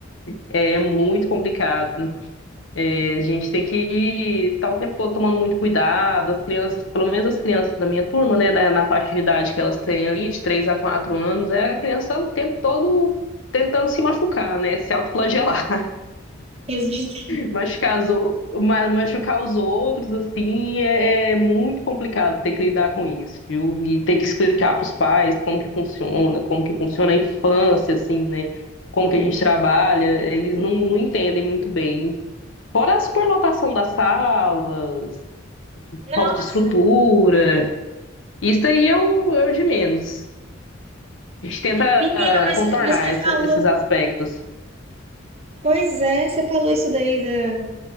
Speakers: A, on the left; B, on the right.
A: É muito complicado. É, a gente tem que estar o tempo todo tomando muito cuidado. As crianças, pelo menos as crianças da minha turma, né, na, na faixa de idade que elas têm ali, de 3 a 4 anos, é a criança o tempo todo tentando se machucar, né? Se autoflagelar.
B: Exato.
A: Machucar, os ou- ma- machucar os outros, assim, é, é muito complicado ter que lidar com isso, viu? E ter que explicar para os pais como que funciona, como que funciona a infância, assim, né? Como que a gente trabalha, eles não, não entendem muito bem. Fora a superlotação das salas,
B: Nossa,
A: falta de estrutura, isso aí é o, é o de menos. A gente tenta
B: menina,
A: ah,
B: mas,
A: contornar
B: mas você
A: esse-
B: falou
A: esses aspectos,
B: Pois é, você falou isso daí da-